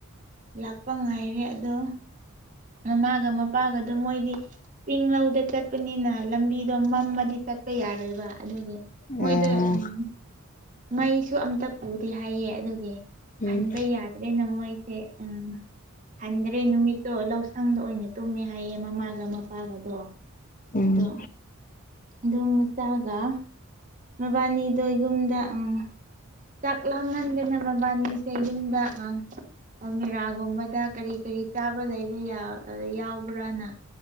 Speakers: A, on the right; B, on the left.
A: ꯂꯥꯛꯄ ꯉꯥꯏꯔꯦ ꯑꯗꯣ ꯃꯃꯥꯒ ꯃꯄꯥꯒꯗꯣ ꯃꯣꯏꯗꯤ ꯆꯤꯡꯂꯧꯗ ꯆꯠꯄꯅꯤꯅ ꯂꯝꯕꯤꯗꯣ ꯃꯝꯃꯗꯤ ꯆꯠꯄ ꯌꯥꯔꯣꯏꯕ ꯑꯗꯨꯒꯤ ꯃꯣꯏꯗ
B: ꯑꯣ
A: ꯎꯝ ꯃꯩꯁꯨ ꯑꯝꯇ ꯄꯨꯗꯦ ꯍꯥꯏꯌꯦ ꯑꯗꯨꯒꯤ
B: ꯎꯝ
A: ꯍꯟꯕ ꯌꯥꯗ꯭ꯔꯦꯅ ꯃꯣꯏꯁꯦ ꯎꯝ ꯍꯟꯗ꯭ꯔꯦ ꯅꯨꯃꯤꯠꯇꯣ ꯂꯧ ꯁꯪꯗ ꯑꯣꯏꯅ ꯇꯨꯝꯃꯦ ꯍꯥꯏꯌꯦ ꯃꯃꯥꯒ ꯃꯄꯥꯒꯗꯣ
B: ꯎꯝ
A: ꯑꯗꯨꯝ ꯑꯗꯨꯝ ꯃꯆꯥꯒ ꯃꯕꯥꯅꯤꯗꯣ ꯌꯨꯝꯗ ꯑꯪ ꯆꯥꯛ ꯂꯥꯝꯃꯟꯗꯅ ꯃꯕꯥꯟꯅꯤꯁꯦ ꯌꯨꯝꯗ ꯑ ꯑꯜꯃꯤꯔꯥꯒꯨꯝꯕꯗ ꯀꯔꯤ ꯀꯔꯤ ꯆꯥꯕ ꯂꯩꯕ ꯌꯥ ꯑ ꯌꯥꯎꯕ꯭ꯔꯥꯅ